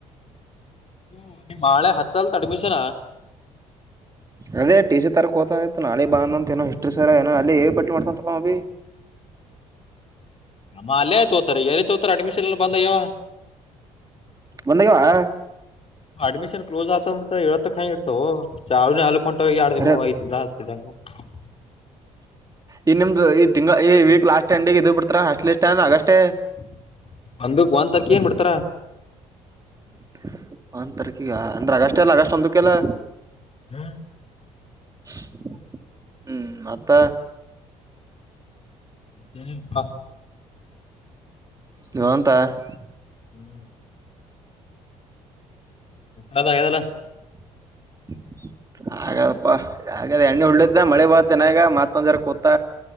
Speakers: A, on the left (about 35°); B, on the right (about 20°).
A: <unintelligible> ನಿಮ್ಮ ಆಳೆ ಹಚ್ಚಲ್ತ್ ಅಡ್ಮಿಷನ್.
B: ಅದೇ ಟಿ ಸಿ ತರಕ್ ಹೋತ ಇತ್ತು ನಾಳೆ ಬಾ ಅಂದ ಅಂತ ಏನೋ ಹಿಸ್ಟರಿ ಸರ್ ಏನೋ ಅಲ್ಲಿ ಪಟ್ಟಿ ಮಾಡ್ತಂತಪ್ಪಾ ಅಭೀ.
A: ಅಮ್ಮಾ ಅಲ್ಲೇ ತೋತಾರೆ ಎಲ್ಲಿ ತೋತಾರ ಅಡ್ಮಿಷನ್ ಎಲ್ಲ ಬಂದಾಗ್ಯಾವ.
B: ಬಂದಾಗ್ಯಾವಾ
A: ಅಡ್ಮಿಶನ್ ಕ್ಲೋಸ್ ಆಗ್ತ ಮತ್ ಇವತ್ <unintelligible> ಕೊಂಟ ಹೋಗಿ ಎರಡ್
B: ಖರೆ
A: ದಿಮ್ಮು ಐದ ದಿನ <unintelligible>
B: ಈ ನಿಮ್ದು ಈ ತಿಂಗ್ಳ ಈ ವೀಕ್ ಲಾಸ್ಟ್ ಎಂಡಿಗೆ ಇದ್ ಬಿಡ್ತಾರ ಹಾಷ್ಟಲಿ ಲಿಷ್ಟ ಅಗಸ್ಟ್
A: <inaudible> ಒಂದಕ್ ಒಂದ್ ತಾರಕ ಏನ್ ಬಿಡ್ತಾರ.
B: <inaudible> ಒನ್ ತಾರಕಿಗ ಅಂದ್ರೆ ಆಗಸ್ಟ್ ಎಲ್ಲ ಆಗಸ್ಟ್ ಒಂದಕ್ಕೆಲ್ಲ.
A: ಹ್ಮ್
B: <unintelligible> ಹ್ಮ್ ಮತ್ತ
A: ಮತ್ತೆನ <unintelligible>
B: ನವಂತ <inaudible> <unintelligible>
A: ಹ್ಮ್ <inaudible> ಹಲೋ ಹೇಳ್-
B: <inaudible> ಹಾಗದಪ್ಪಾ ಹಾಗದ ಎಣ್ಣಿ ಉಳ್ದ ಮಳಿ ಬಂತ ಇನ್ನಾ ಈಗ ಮತ್ತೊಂದ್ ಜರಾ ಕುಂತ